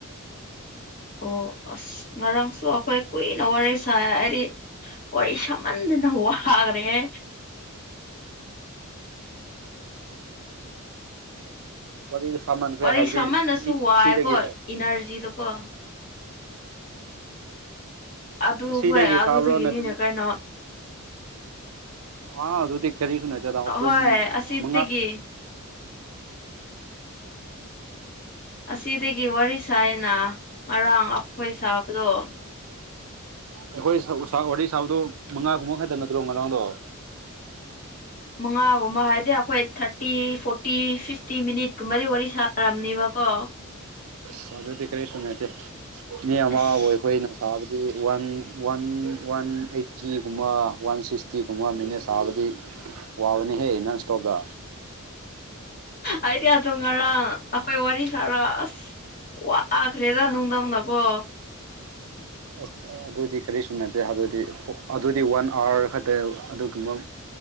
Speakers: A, on the left; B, on the right.
A: ꯑꯣ ꯑꯁ ꯉꯔꯥꯡꯁꯨ ꯑꯩꯈꯣꯏ ꯀꯨꯏꯅ ꯋꯥꯔꯤ ꯁꯥꯏ ꯍꯥꯏꯗꯤ ꯋꯥꯔꯤ ꯁꯝꯃꯟꯗꯅ ꯋꯥꯈꯔꯦ
B: ꯋꯥꯔꯤꯗꯣ ꯁꯥꯃꯟꯈ꯭ꯔꯦ
A: ꯋꯥꯔꯤ
B: ꯍꯥꯏꯕꯗꯤ
A: ꯁꯍꯟꯅꯁꯨ
B: ꯁꯤ
A: ꯋꯥꯏꯦꯀꯣ
B: ꯁꯤꯗꯒꯤꯔꯣ
A: ꯏꯅꯔꯖꯤꯗꯀꯣ ꯑꯗꯨ
B: ꯁꯤꯗꯒꯤ
A: ꯍꯣꯏ ꯑꯗꯨꯗꯒꯤꯅꯤꯅꯦ
B: ꯁꯥꯕ꯭ꯔꯣ ꯅꯠꯇ꯭ꯔꯗꯤ
A: ꯀꯩꯅꯣ
B: ꯑꯥ ꯑꯗꯨꯗꯤ ꯀꯔꯤꯁꯨ ꯅꯠꯇꯗꯥ ꯑꯍꯨꯝ
A: ꯍꯣꯏ ꯑꯁꯤꯗꯒꯤ
B: ꯃꯉꯥ
A: ꯑꯁꯤꯗꯒꯤ ꯋꯥꯔꯤ ꯁꯥꯏꯅ ꯉꯔꯥꯡ ꯑꯩꯈꯣꯏ ꯁꯥꯕꯗꯣ
B: ꯑꯩꯈꯣꯏ ꯎꯁꯥ ꯋꯥꯔꯤ ꯁꯥꯕꯗꯨꯣ ꯃꯉꯥ ꯀꯨꯝꯕ ꯈꯛꯇꯪ ꯅꯠꯇ꯭ꯔꯣ ꯉꯔꯥꯡꯗꯣ
A: ꯃꯉꯥꯒꯨꯝꯕ ꯍꯥꯏꯗꯤ ꯑꯩꯈꯣꯏ ꯊꯥꯔꯇꯤ ꯐꯣꯔꯇꯤ ꯐꯤꯐꯇꯤ ꯃꯤꯅꯤꯠ ꯀꯨꯝꯕꯗꯤ ꯋꯥꯔꯤ ꯁꯥꯔꯝꯅꯤꯕꯀꯣ
B: ꯑꯁ ꯑꯗꯨꯗꯤ ꯀꯔꯤꯁꯨ ꯅꯠꯇꯦ ꯃꯤ ꯑꯃꯕꯨ
A: ꯑꯁ
B: ꯑꯩꯈꯣꯏꯅ ꯇꯥꯕꯗꯤ ꯋꯥꯟ ꯋꯥꯟ ꯋꯥꯟ ꯑꯩꯠꯇꯤꯒꯨꯝꯕ ꯋꯥꯟ ꯁꯤꯛꯁꯇꯤꯒꯨꯝꯕ ꯃꯤꯅꯠ ꯇꯥꯕꯗꯤ ꯋꯥꯕꯅꯤꯍꯦ ꯅꯪ ꯏꯁꯇꯣꯞꯗ
A: ꯑꯩꯗꯤ ꯑꯗꯨ ꯉꯔꯥꯡ ꯑꯩꯈꯣꯏ ꯋꯥꯔꯤ ꯁꯥꯔꯁ ꯋꯥꯈ꯭ꯔꯦꯗ ꯅꯨꯡꯗꯥꯡꯗꯀꯣ
B: ꯑꯁ ꯑꯗꯨꯗꯤ ꯀꯔꯤꯁꯨ ꯅꯠꯇꯦ ꯑꯗꯨꯗꯤ ꯑꯗꯨꯗꯤ ꯋꯥꯟ ꯑꯥꯋꯥꯔ ꯈꯛꯇ ꯑꯗꯨꯒꯨꯝꯕ